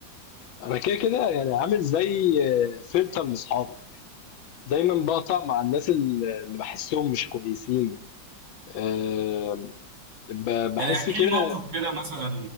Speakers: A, on the left; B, on the right.
A: انا كده كده يعني عامل زي آه، فلتر لاصحابي دايما بقطع مع الناس ال- اللي بحسهم مش كويسين أه
B: مم.
A: ب- بحس
B: يعني احكي
A: كده
B: لي موقف كده مثلا